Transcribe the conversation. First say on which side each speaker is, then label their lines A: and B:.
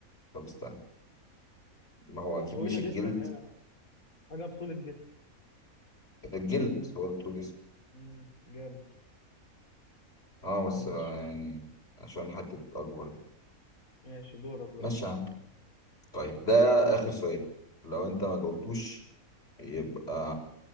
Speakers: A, on the left; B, on the left.
A: طب استنى ما هو
B: حاجه
A: اكيد
B: طويله
A: مش الجلد
B: جدا يعني حاجه بطول الجسم
A: الجلد هو اللي بتقول جسم
B: امم جامد
A: اه بس
B: ماشي
A: آه يعني عشان حته اكبر دي
B: ماشي دورك بقى
A: ماشي يا عم طيب ده آخر سؤال لو أنت ما جاوبتوش يبقى